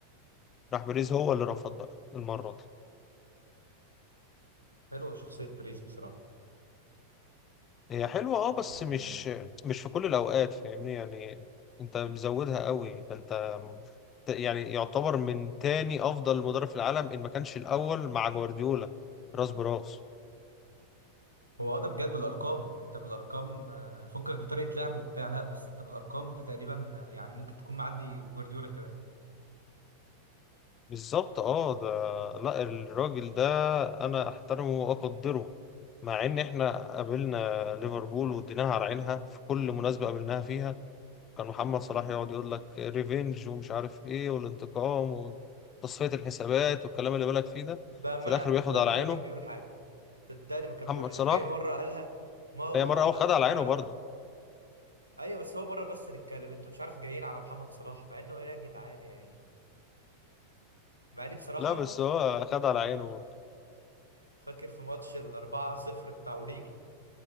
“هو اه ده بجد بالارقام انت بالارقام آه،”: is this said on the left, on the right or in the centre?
Right